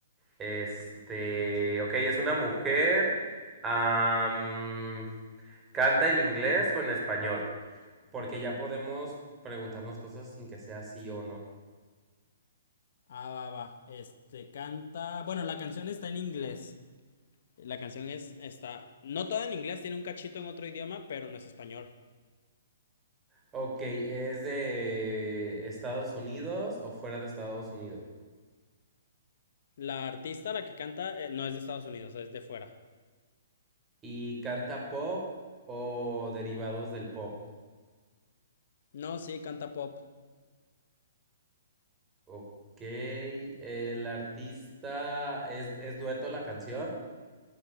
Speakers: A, on the right (about 15°); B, on the left (about 60°).
A: Este, ok, es una mujer. am, ¿canta en inglés o en español? Porque ya podemos preguntarnos cosas sin que sea sí o no.
B: Ah, va, va. Este, canta. Bueno, la canción está en inglés. La canción es, está, no toda en inglés, tiene un cachito en otro idioma, pero no es español.
A: Ok, ¿es de Estados Unidos o fuera de Estados Unidos?
B: La artista, la que canta, eh, no es de Estados Unidos, es de fuera.
A: ¿Y canta pop o derivados del pop?
B: No, sí, canta pop.
A: Ok. ¿El artista es, es dueto la canción?